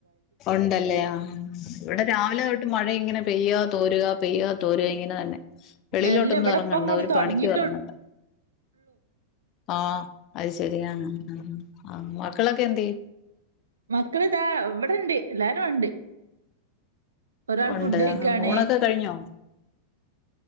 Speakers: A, on the left; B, on the right.
A: ഉണ്ടല്ലേ ഇവിടെ രാവിലെ തൊട്ട് മഴ ഇങ്ങനെ പെയ്യ തോരുക പെയ്യ തോരുക ഇങ്ങനെ തന്നെ വെളിയിലോട്ടൊന്നും
B: അല്ല ഇവിടെ
A: ഇറങ്ങണ്ട
B: ഇപ്പ അങ്ങോട്ട്
A: ഒരു
B: തൊടങ്ങിട്ടൊള്ളൂ
A: പാണിക്ക് ഇറങ്ങണ്ട ആ അത് ശെരിയാ ആ ആാാ മക്കളൊക്കെ എന്തേ
B: മക്കളിതാ ഇവിടെണ്ട് എല്ലാരും ഉണ്ട് ഒരാൾ
A: ഉണ്ട്
B: ഫുഡ് കഴിക്കാണ്
A: ഊണൊക്കെ കഴിഞ്ഞോ